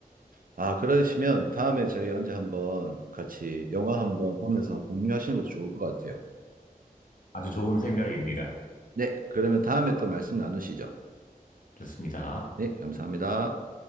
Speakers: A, on the right; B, on the left.
A: 아, 그러시면 다음에 저희 언제 한번 같이 영화 한번 보면서 공유하시는 것도 좋을 것 같아요.
B: 아주 좋은 생각입니다.
A: 네, 그러면 다음에 또 말씀 나누시죠.
B: 좋습니다.
A: 네, 감사합니다.